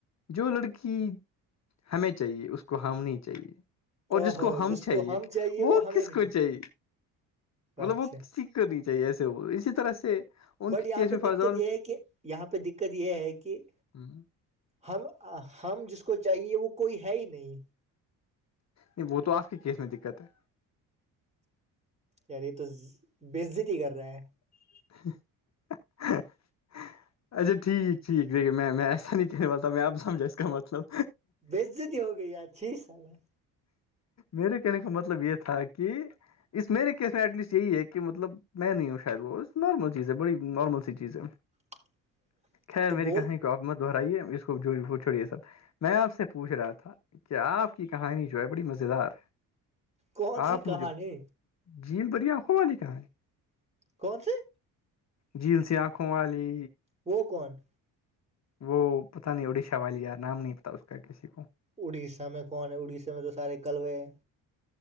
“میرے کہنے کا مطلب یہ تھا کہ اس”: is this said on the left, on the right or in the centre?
Left